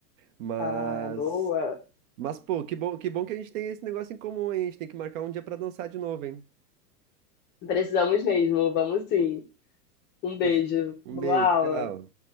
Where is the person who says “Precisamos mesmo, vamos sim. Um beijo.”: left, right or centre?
Left